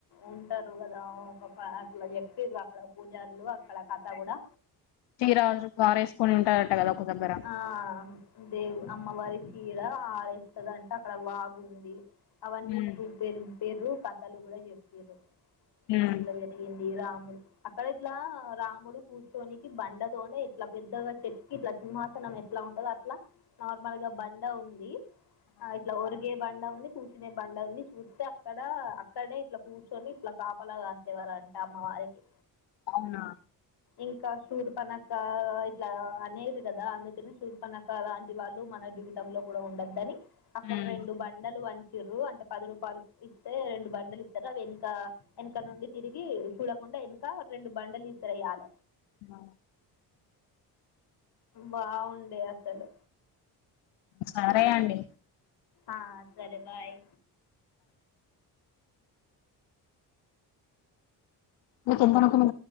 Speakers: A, on the left; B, on the left.
A: ఉంటారు కదా ఒక అట్లా చెప్పారి అక్కడ పూజారులు అక్కడ కథ కూడా
B: చీర పారేసుకొని ఉంటారట కదా ఒక దగ్గర
A: ఆ దే అమ్మవారి చీర ఆరేస్తుంది అంట అక్కడ వాగు ఉంది అవన్నీ
B: ఉమ్
A: చూపిరు కథలు కూడా చెప్పిర్రు
B: ఉమ్
A: ఇట్లా జరిగింది రామ్ అక్కడ ఇట్లా రాముడు కూర్చొనికి బండతోనే ఇట్లా పెద్దగా చెక్కి ఇట్లా సింహాసనం ఎట్లా ఉంటందో అట్లా నార్మల్ గా బండ ఉంది ఆ ఇట్లా ఓర్గే బండ కూర్చునే బండ ఉంది చూస్తే అక్కడ అక్కడనే ఇట్లా కూర్చొని ఇట్లా కాపలాగాసేవారంట అమ వారికి
B: అవునా
A: ఇంకా షూర్ పనక ఇట్లా అనే కదా అందుకనే సూర్పనక్కలాంటి వాళ్ళు మన జీవితంలో కూడా ఉండద్దని అక్కడ
B: ఉమ్
A: రెండు బండలు చిర్ర్ అంటే పది రూపాయలు ఇస్తే రెండు బండలు ఇస్తారు అవి వెనక వెనక నుండి తిరిగి చూడకుండా ఇంకా ఎనక రెండు బండలి సర ఆల
B: ఆ
A: బాగుండే అసలు
B: సరే అండి
A: ఆ సరే బాయ్
B: మీకు ఎంతనుకు మీ